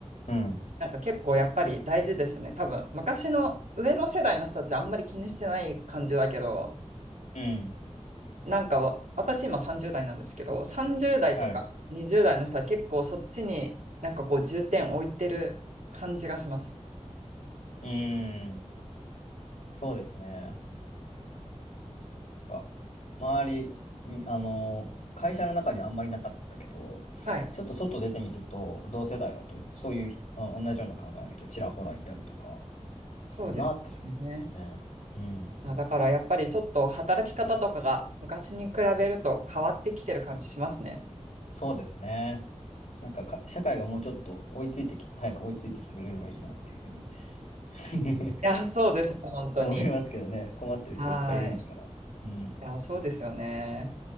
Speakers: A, on the left; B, on the right.
A: うん。
B: なんか結構やっぱり大事ですよね。多分、昔の上の世代の人たちあんまり気にしてない感じだけど、
A: うん。
B: なんかわ、私今30代なんですけど、30代とか20代の人は結構そっちになんかこう重点を置いてる感じがします。
A: はい。うーん。そうですね。か、周り、んあの、会社の中にあんまりなかったけど、
B: はい。
A: ちょっと外出てみると、同世代だと、そういう、あ、同じような考えの人、ちらほらいたりとか、
B: そうですね。
A: するなって思いますね。うん。
B: まあ、だからやっぱりちょっと働き方とかが昔に比べると変わってきてる感じしますね。
A: そうですね。なんかか、社会がもうちょっと追いついてき、早く追いついてきてくれればいいなっていうふうに <laughs>
B: いや、そうです。本当に。
A: 思いますけどね。困ってる人いっぱいいるんだから。
B: はい。い
A: うん。
B: や、そうですよね。